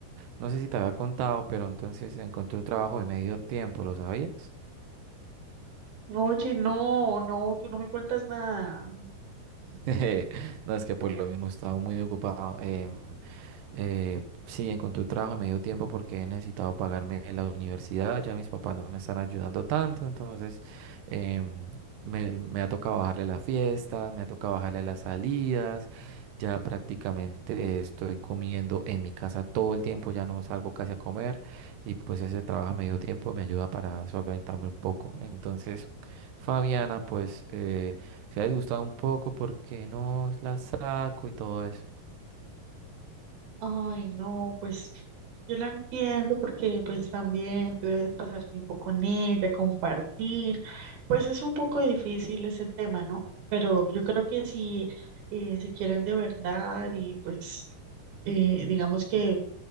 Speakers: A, on the right; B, on the right.
A: No sé si te había contado, pero entonces encontré un trabajo de medio tiempo, ¿lo sabías?
B: Oye, no, no, tú no me cuentas nada.
A: <laughs> No, es que por lo mismo he estado muy ocupado. em, Eh, sí, encontré un trabajo a medio tiempo porque he necesitado pagarme la universidad, ya mis papás no me están ayudando tanto, entonces em, me, me ha tocado bajarle las fiestas, me ha tocado bajarle las salidas, ya prácticamente estoy comiendo en mi casa todo el tiempo, ya no salgo casi a comer y pues ese trabajo a medio tiempo me ayuda para solventarme un poco. Entonces, Fabiana, pues eh, se ha disgustado un poco porque no la saco y todo eso.
B: Ay, no, pues yo la entiendo porque pues también tú debes pasar tiempo con ella, compartir. Pues es un poco difícil ese tema, ¿no? Pero yo creo que si eh, se quieren de verdad y pues eh, digamos que